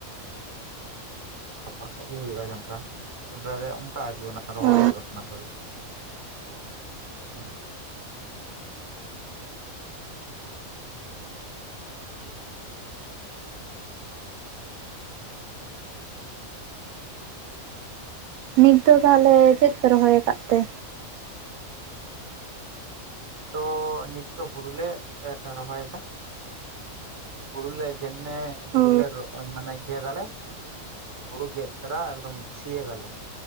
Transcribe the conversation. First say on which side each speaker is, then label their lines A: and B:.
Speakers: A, on the right; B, on the right.
A: ᱛᱟᱯᱚᱨ ᱠᱷᱟᱡ ᱜᱮ ᱦᱩᱭᱩᱜᱼᱟ ᱡᱚᱱᱰᱨᱟ, ᱡᱚᱱᱰᱨᱟ ᱨᱮ ᱚᱱᱠᱟ ᱟᱨᱠᱤ ᱚᱱᱟ ᱨᱚᱦᱚᱭ
B: ᱚ
A: ᱦᱩᱭᱩᱜᱼᱟ ᱚᱱᱟ ᱫᱚ ᱟᱨᱠᱤ᱾ ᱦᱩᱸ᱾
B: ᱱᱤᱛ ᱫᱚ ᱛᱟᱦᱚᱞᱮ ᱪᱮᱫ ᱯᱮ ᱨᱚᱦᱚᱭ ᱟᱠᱟᱫ ᱛᱮ?
A: ᱛᱚ ᱱᱤᱛ ᱫᱚ ᱦᱩᱲᱩ ᱞᱮ ᱨᱚᱦᱚᱭ ᱮᱫᱟ᱾ ᱦᱩᱲᱩ ᱞᱮ ᱡᱮᱢᱱᱮ ᱦᱩᱲᱩ
B: ᱳ
A: ᱞᱮ ᱨᱚ ᱢᱟᱱᱮ ᱜᱮᱫ ᱟᱞᱮ᱾ ᱦᱩᱲᱩ ᱜᱮᱫ ᱛᱚᱨᱟ ᱮᱠᱫᱚᱢ ᱥᱤ ᱟᱫᱟᱞᱮ᱾